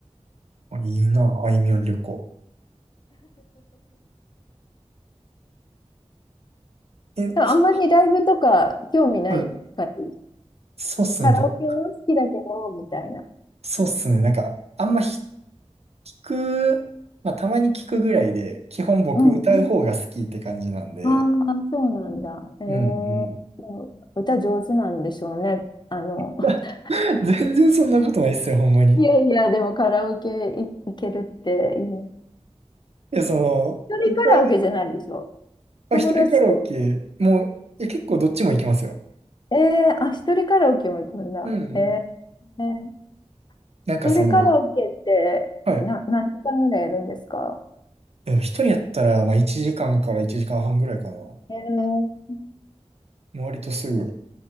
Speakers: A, on the right (about 60°); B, on the left (about 40°).
A: あ、いいな。あいみょん旅行。え、
B: でもあんまりライブとか興味ない感じです。
A: ひはい。そうっすね。
B: カラオケは好きだけど、
A: 僕、
B: みたいな。
A: そうっすね。なんか、あんまひ
B: うん。
A: 聞く、まあ、たまに聞くぐらいで、基本僕歌う方が好きって感じなんで。
B: うんうん。ああ、そうなんだ。えー、
A: うんうん。
B: でも歌上手なんでしょうね。あの、
A: <laughs>
B: <laughs>
A: <laughs> 全然そんなことないっすよ、ほんまに。
B: いやいや、
A: い
B: <laughs> でもカラオケい行けるっていいな。
A: や、その、
B: 一人カラオケじゃないでしょ。
A: 歌う、まあ、
B: 友達と、
A: 一人カラオケ、もう、いや、結構どっちも行きますよ。
B: えー、あ、一人カラオケも行くんだ。
A: うんうん。
B: えー、えー
A: なんかその、
B: 一人カラオケって、
A: はい。
B: な、何時間ぐらいやるんですか
A: え一人やったら、まあ、1時間かんから1時間半ぐらいかな。も
B: えー、
A: う割とすぐ